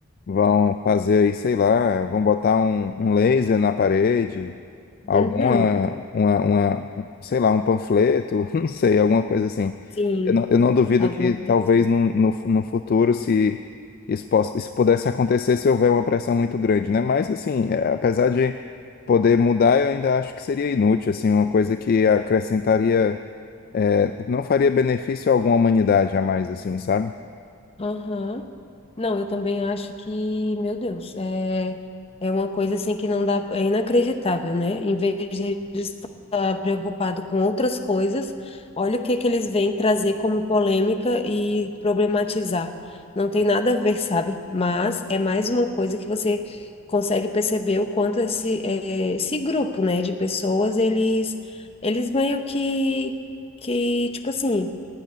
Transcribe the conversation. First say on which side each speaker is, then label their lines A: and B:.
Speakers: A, on the left; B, on the left.
A: Vão fazer aí, sei lá, vão botar um, um laser na parede, alguma,
B: uhum.
A: uma, uma- um- sei lá, um panfleto, <laughs> não sei, alguma coisa assim.
B: Sim,
A: Eu não, eu não duvido
B: alguma
A: que talvez
B: coisa. assim.
A: no, no, no futuro, se isso, possa, isso pudesse acontecer, se houver uma pressão muito grande, né? Mas, assim, é, apesar de poder mudar, eu ainda acho que seria inútil, assim, uma coisa que acrescentaria, é, não faria benefício algum à humanidade jamais, assim, sabe?
B: Aham. Não, eu também acho que, meu Deus, é, é uma coisa assim que não dá, é inacreditável, né? Em vez de eles estar preocupado com outras coisas, olha o que é que eles vêm trazer como polêmica e problematizar. Não tem nada a ver, sabe? Mas é mais uma coisa que você consegue perceber o quanto esse, é, esse grupo, né, de pessoas, eles, eles meio que, que, tipo assim